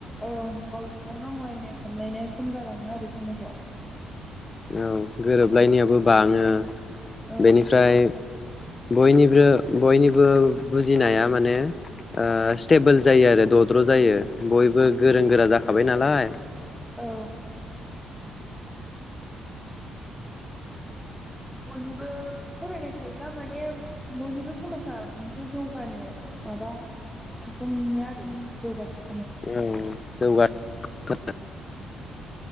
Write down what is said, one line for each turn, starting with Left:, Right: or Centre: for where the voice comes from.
Centre: औ गावजों गाव नांलायनाय खमलायनाय खम जालाङो आरो समाजाव।
Left: औ। गोरोबलायनायाबो
Centre: ओ
Left: बाङो। <inaudible>
Centre: औ
Left: बेनिफ्राय बयनिब्रो बयनि बो बुजिनाया माने ओ स्टेबोल जायो आरो दद्र' जायो बयबो गोरों गोरा जाखाबाय नालाय।
Centre: औ बयनिब बो फरायनाय थायोब्ला माने बयनिबो समाजा मोनसे जौगानो माबा थाखोमनो आरो जौगा थाख
Left: औ जौगा <inaudible> <inaudible>